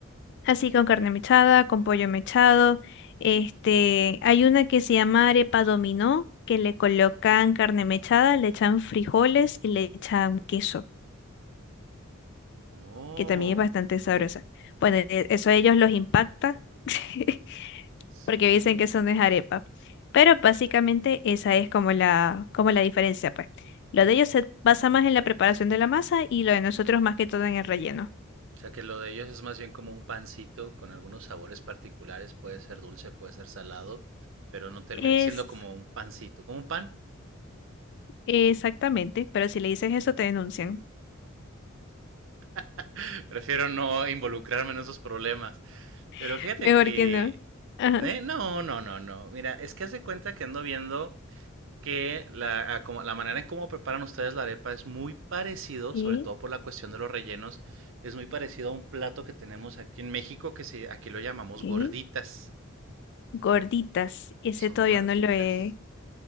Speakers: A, on the left; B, on the right.
A: así con carne mechada, con pollo mechado. Este, hay una que se llama arepa dominó, que le colocan carne mechada, le echan frijoles y le echan queso.
B: ah, Oh,
A: que también es bastante sabrosa. Bueno, e- eso a ellos los impacta <laughs>
B: sí.
A: porque dicen que eso no es arepa. Pero básicamente esa es como la, como la diferencia, pues. Lo de ellos se basa más en la preparación de la masa y lo de nosotros más que todo en el relleno.
B: O sea que lo de ellos es más bien como un pancito con algunos sabores particulares, puede ser dulce, puede ser salado, pero no termina
A: Es
B: siendo como un pancito, como un pan.
A: exactamente, pero si le dices eso te denuncian.
B: <laughs> Prefiero no involucrarme en esos problemas. Pero
A: <laughs>
B: fíjate
A: Mejor
B: que...
A: que no. Ajá.
B: ¿eh? No, no, no, no. Mira, es que hace cuenta que ando viendo que la, a como- la manera en cómo preparan ustedes la arepa es muy parecido,
A: ¿Y
B: sobre todo por la cuestión de los rellenos, es muy parecido a un plato que tenemos aquí en México que se, aquí lo llamamos
A: qué?
B: gorditas.
A: Gorditas. Ese
B: Son
A: todavía
B: gorditas.
A: no lo he,